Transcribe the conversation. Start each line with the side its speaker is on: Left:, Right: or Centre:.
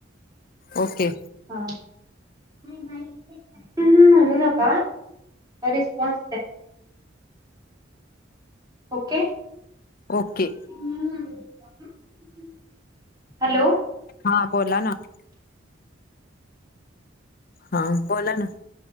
Left: ओके.
Right: हां हम. हुं हुं म्हणू नका रिस्पॉन्स द्या. ओके.
Left: ओके.
Right: <unintelligible> हॅलो.
Left: हा बोला ना. हां बोला ना?